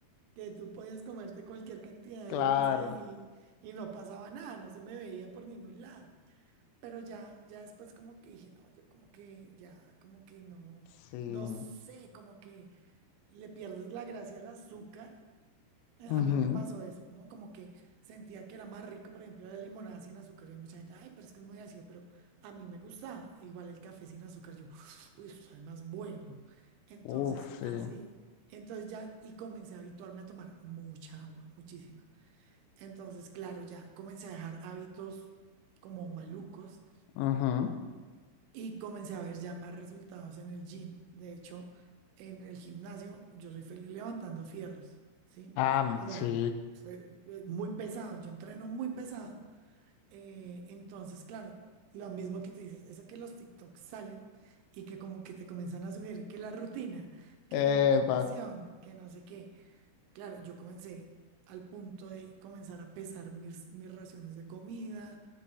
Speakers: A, on the right; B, on the left.
A: que tú podías comerte cualquier cantidad de
B: Claro.
A: dulce y, y, y no pasaba nada, no se me veía por ningún lado. Pero ya, ya después como que dije, no, yo como que ya, como que no,
B: Sí.
A: no sé, como que le pierdes la gracia al azúcar eh, A
B: Ujú.
A: mí me pasó eso, ¿no? Como que sentía que era más rico, por ejemplo, la limonada sin azúcar. Y mucha gente, ay, pero es que es muy ácido, pero a mí me gusta. Igual el café sin azúcar, yo, <sniffs> uy, eso sabe más bueno. Entonces,
B: Uf, sí.
A: así, entonces ya, y comencé a habituarme a tomar mucha agua, muchísima. Entonces, claro, ya comencé a dejar hábitos como malucos
B: Ujú.
A: y comencé a ver ya más resultados en el gym. De hecho, en el gimnasio yo soy feliz levantando fierros, ¿sí?
B: Ah,
A: O sea,
B: sí.
A: soy- soy muy pesado, yo entreno muy pesado. eh, entonces, claro, lo mismo que te dices, eso que los TikToks salen y que como que te comienzan a sugerir que la rutina, que
B: Epa,
A: la alimentación, que no sé qué. Claro, yo comencé al punto de comenzar a pesar mis, mis raciones de comida,